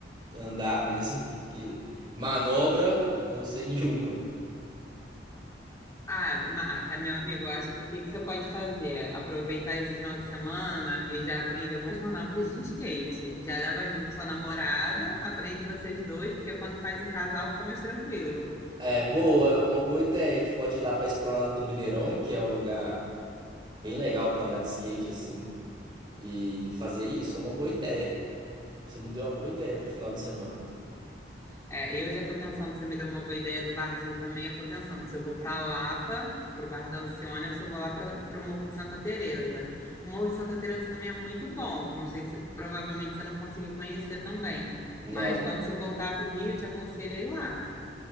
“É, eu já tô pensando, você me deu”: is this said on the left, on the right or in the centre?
Left